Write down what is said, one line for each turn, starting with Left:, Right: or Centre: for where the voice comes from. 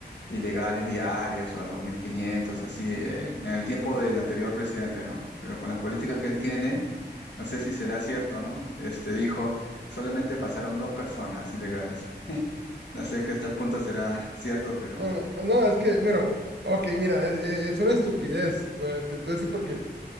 Left: ilegales diarios o 2.500, así, en, en el tiempo del anterior presidente, ¿no? Pero con las políticas que él tiene, no sé si será cierto, ¿no? Este dijo, solamente pasaron dos personas ilegales. <laughs> No sé que hasta el punto será <laughs> cierto, pero
Right: No, no, no, es que, mira, o- ok, mira, es, es- es una estupidez. güey, Te, te voy a decir por qué.